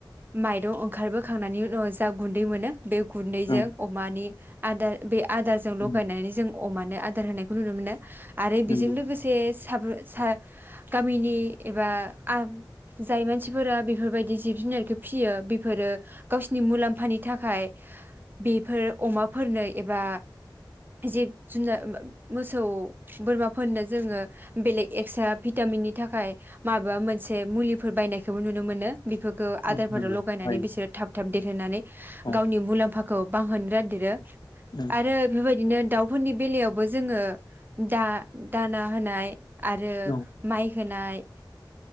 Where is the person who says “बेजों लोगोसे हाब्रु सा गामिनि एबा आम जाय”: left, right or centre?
Right